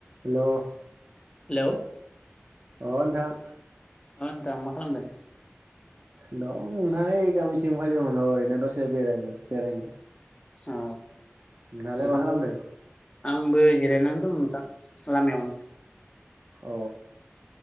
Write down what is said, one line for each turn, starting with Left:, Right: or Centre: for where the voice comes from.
Right: हेल'
Left: hello
Right: अ नोंथां।
Left: अ नोंथां मा खालामदों?
Right: <unintelligible> थिं फैदोंमोन ओरैनो दसे बेरायनो बेरायनो।
Left: औ
Right: नोंहालाय
Left: ओंखामबाय
Right: मा खालामदों
Left: आंबो जिरायनानै दं। दा लामायावनो
Right: अ